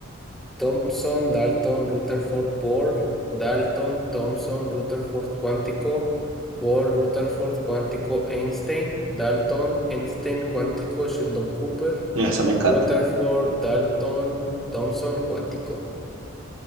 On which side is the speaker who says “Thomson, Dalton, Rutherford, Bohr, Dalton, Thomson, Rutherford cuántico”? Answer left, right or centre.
Centre